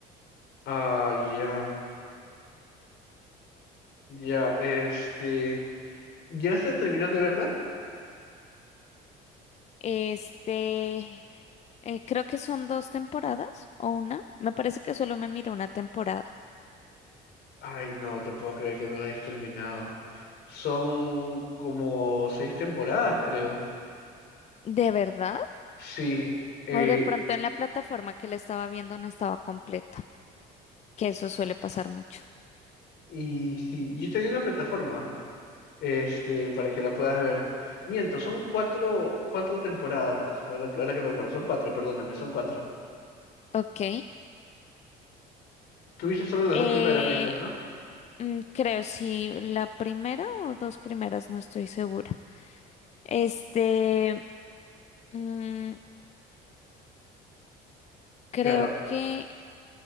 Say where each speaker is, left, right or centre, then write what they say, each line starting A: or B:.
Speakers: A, on the left; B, on the left.
A: Ah, ya, ya, este. ¿Llegaste a terminar de verla?
B: Este, eh, creo que son dos temporadas o una. Me parece que solo me miré una temporada.
A: Ay, no te puedo creer que no la hayas terminado. Son como seis temporadas, creo.
B: ¿De verdad?
A: Sí, eh,
B: O de pronto en la plataforma que la estaba viendo no estaba completa, que eso suele pasar mucho.
A: y sí, yo te di una plataforma, este, para que la puedas ver. Miento, son cuatro, cuatro temporadas, ahora, que ahora que me acuerdo, son cuatro, perdóname, son cuatro.
B: Ok.
A: Tuviste solo las
B: Eh,
A: dos primeras meses, ¿no?
B: Mm, Creo si la primera o dos primeras, no estoy segura. Este, mm, creo
A: Claro,
B: que,